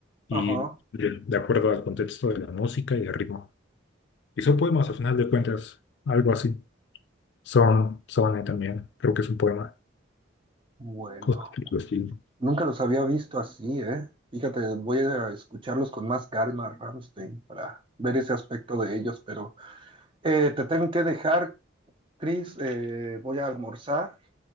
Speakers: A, on the left; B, on the right.
A: y
B: Ajá,
A: de, de acuerdo al contexto de la música y el ritmo. Y son poemas, al final de cuentas, algo así. Son, son también, creo que es un poema.
B: bueno.
A: Cosas por el estilo.
B: Nunca los había visto así, ¿eh? Fíjate, voy a escucharlos con más calma, Rammstein, para ver ese aspecto de ellos, pero eh, te tengo que dejar, Chris, eh, voy a almorzar.